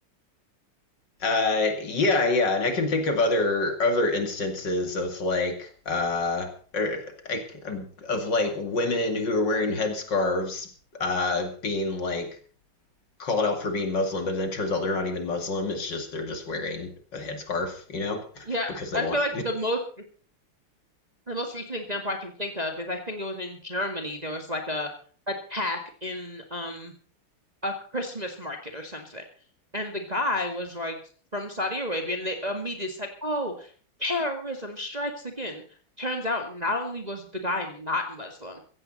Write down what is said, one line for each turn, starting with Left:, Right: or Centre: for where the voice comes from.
Left: Uh, yeah, yeah, and I can think of other other instances of like uh or, I, um, of like women who are wearing headscarves uh being like called out for being Muslim, but then it turns out they're not even Muslim. It's just they're just wearing a headscarf, you know,
Right: Yeah,
Left: <laughs> because they
Right: I
Left: want.
Right: feel like the most the most recent example I can think of is I think it was in Germany. There was like a attack in um a Christmas market or something, and the guy was like from Saudi Arabia, and they immediately it's like, oh, terrorism strikes again. Turns out not only was the guy not Muslim,